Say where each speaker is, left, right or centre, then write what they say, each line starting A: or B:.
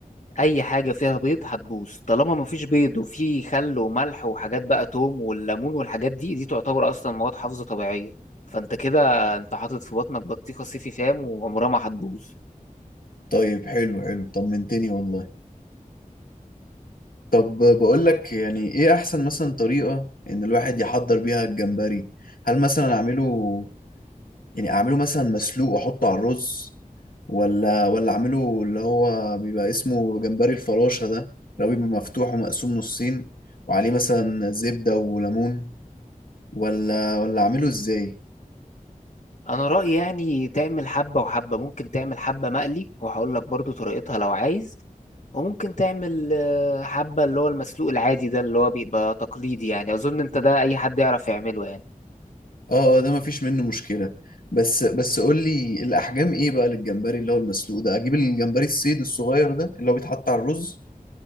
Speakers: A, on the left; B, on the left.
A: اي حاجة فيها بيض هتبوظ طالما مفيش بيض وفي خل وملح وحاجات بقى توم والليمون والحاجات دي دي تعتبر اصلا مواد حافظة طبيعية فانت كده انت حاطط في بطنك بطيخة صيفي فام وعمرها ما هتبوظ
B: طيب حلو حلو طمنتني والله طب بقول لك يعني ايه احسن مثلا طريقة ان الواحد يحضر بيها الجمبري هل مثلا اعمله يعني اعمله مثلا مسلوق واحطه على الرز ولا ولا اعمله اللي هو بيبقى اسمه جمبري الفراشة ده لو بيبقى مفتوح ومقسوم نصين وعليه مثلا زبدة وليمون ولا ولا اعمله ازاي
A: انا رأيي يعني تعمل حبة وحبة ممكن تعمل حبة مقلي وهقول لك برضو طريقتها لو عايز وممكن تعمل آه، حبة اللي هو المسلوق العادي ده اللي هو بيبقى تقليدي يعني اظن انت ده اي حد يعرف يعمله يعني
B: اه اه ده مفيش منه مشكلة بس بس قول لي الاحجام ايه بقى للجمبري اللي هو المسلوق ده اجيب الجمبري الصيد الصغير ده اللي هو بيتحط على الرز